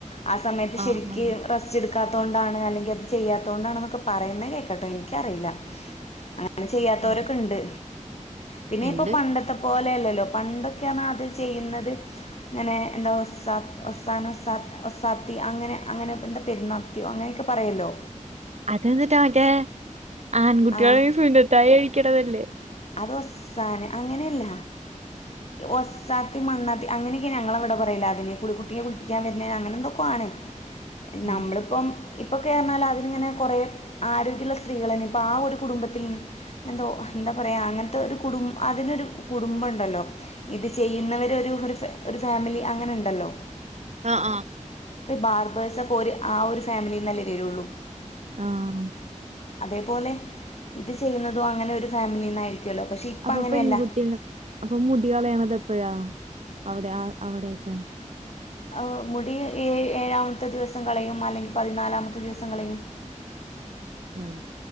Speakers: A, on the left; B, on the right.
A: ആഹ് സമയത്ത്
B: ആ
A: ശരിക്ക്
B: ആ
A: റസ്റ്റ്. എടുക്കാത്തൊണ്ട് ആണ് അല്ലെങ്കിൽ അത് ചെയ്യാത്തോണ്ട് ആണെന്ന് പറയുന്ന കേക്കട്ടെ എനിക്കറിയില്ല ഞാ അങ്ങനെ ചെയ്യാത്തേരൊക്കെ
B: ഉം.
A: ഉണ്ട്. പിന്നെ
B: ഉണ്ട്
A: ഇപ്പോ പണ്ടത്തെ പോലെയല്ലല്ലോ, പണ്ടൊക്കെയാണ് അത് ചെയ്യുന്നത്. അങ്ങനെ എന്താ ഒസാ ഒസാൻ ഒസാ ഒസാത്തി അങ്ങനെ അങ്ങനെ എന്താ പെരുന്നാൾ. ത്തിയോ അങ്ങനെയൊക്കെ പറയുല്ലോ.
B: അത് എന്നിട്ട് ഓന്റെ ആൺകുട്ടികളെ
A: ആ
B: സുന്നത്തായി കഴിക്കണതല്ലേ?
A: അത് ഒസാന് അങ്ങനെയല്ല. ഒസ്സാത്തി, മണ്ണാത്തി അങ്ങനെയെക്കെ ഞങ്ങളിവിടെ പറയല് അതിന് കുളി കുട്ടിയെ കുളിപ്പിക്കാൻ വരുന്നേ അങ്ങനെയെന്തൊക്കെയാണ്.
B: ആ.
A: നമ്മളിപ്പം. ഇപ്പക്കെന്നാലും അതിനിങ്ങനെ കൊറെ ആരോഗ്യവുള്ള സ്ത്രീകൾ തന്നെ, ഇപ്പ ആഹ് ഒരു കുടുംബത്തിൽ. എന്തോ എന്താ പറയാ അങ്ങനെത്തെ ഒരു കുടും അതിനൊരു കുടുംബം ഒണ്ടല്ലോ? ഇത് ചെയ്യുന്നവര് ഒരു ഒരു ഫാമിലി അങ്ങനെ ഉണ്ടല്ലോ?
B: ആഹ് ആഹ്
A: ഇത് ബാർബേഴ്സ് അപ്പൊ ആഹ് ഒരു ഫാമിലിയെന്ന് അല്ലേ വരുള്ളൂ?
B: ആഹ്.
A: അതേപോലെ ഇത് ചെയ്യുന്നതും അങ്ങനെ ഒരു ഫാമിലിന്നായി രിക്കുല്ലോ, പക്ഷെ ഇപ്പ
B: അപ്പൊ
A: അങ്ങനെയല്ല.
B: പെൺകുട്ടികൾ അപ്പൊ മുടി കളയണത് എപ്പഴാ, അവിടെ അവിടെക്കെ?
A: ആഹ് മുടി ഏഹ് ഏഴാമത്തെ ദിവസം കളയും, അല്ലെങ്കിൽ പതിനാലാമത്തെ ദിവസം കളഴും.
B: ഏഹ്